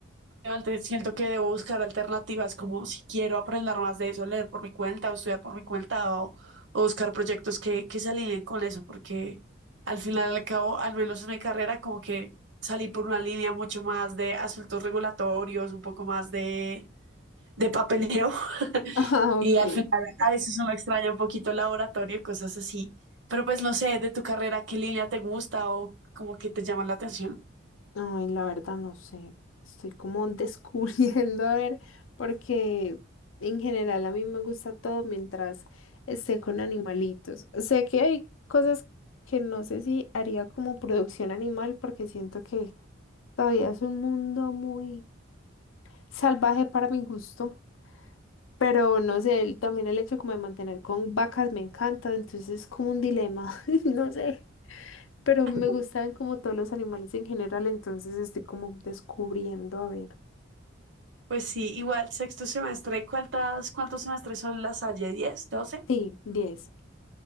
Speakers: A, on the right (about 60°); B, on the left (about 80°).
A: antes siento que debo buscar alternativas como si quiero aprender más de eso, leer por mi cuenta o estudiar por mi cuenta o, o buscar proyectos que, que se alineen con eso, porque al final y al cabo, al menos en mi carrera, como que salí por una línea mucho más de asuntos regulatorios, un poco más de de papeleo
B: Ah,
A: y
B: ok.
A: al final a veces uno extraña un poquito el laboratorio, cosas así. Pero pues no sé, de tu carrera, ¿qué línea te gusta o como que te llama la atención?
B: Ay, la verdad no sé. Estoy como <laughs> descubriendo, a ver, porque en general a mí me gusta todo mientras esté con animalitos. Sé que hay cosas que no sé si haría como producción animal porque siento que todavía es un mundo muy salvaje para mi gusto. Pero no sé, el- también el hecho como de mantener con vacas me encanta, entonces es como un dilema, <laughs> no sé. Pero
A: <laughs>
B: me gustan como todos los animales en general, entonces estoy como descubriendo, a ver.
A: Pues sí, igual, sexto semestre, ¿cuántas, cuántos semestres son las Salle? diez doce
B: Sí, 10.